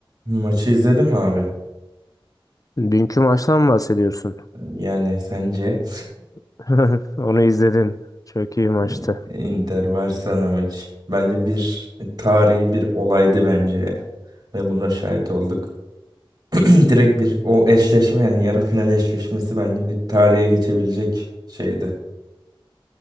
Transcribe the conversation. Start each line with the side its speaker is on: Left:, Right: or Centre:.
Right: Maçı izledin mi abi?
Left: Dünkü maçtan mı bahsediyorsun?
Right: Yani sence
Left: <laughs> Onu izledim. Çok iyi maçtı.
Right: <laughs> Inter Barcelona maçı. Bence bir tarihi bir olaydı bence ya. Ve buna şahit olduk. <clears throat> Direkt bir o eşleşme yani yarı final eşleşmesi bence bir tarihe geçebilecek şeydi.